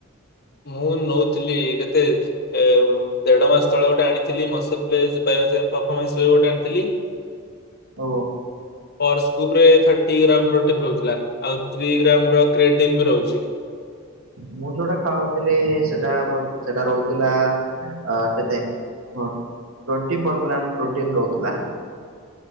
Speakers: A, on the left; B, on the right.
A: ମୁଁ ନୋଉଥିଲି କେତେ ଏ ଏ ଦେଢ ମାସ ତଳେ ଗୋଟେ ଆଣିଥିଲି ଗୋଟେ ଆଣିଥିଲି <unintelligible> ଆଣିଥିଲି।
B: ଓ
A: ପ୍ରସ ଗୁପ ରେ ଥାଟି ଗ୍ରାମ ପ୍ରୋଟିନ ରହୁଥିଲା ଆଉ ଥ୍ରୀ ଗ୍ରାମ ର କ୍ରଏଟିନ ବି ରହୁଚି।
B: ମୁଁ ଯୋଉଟା ଖାଉ ଥିଲ ସେଟା ସେଟା ରହୁଥିଲା ଅ କେତେ ଟୋଣ୍ଟି ପର ଗ୍ରାମ ପ୍ରୋଟିନ ରହୁଥିଲା।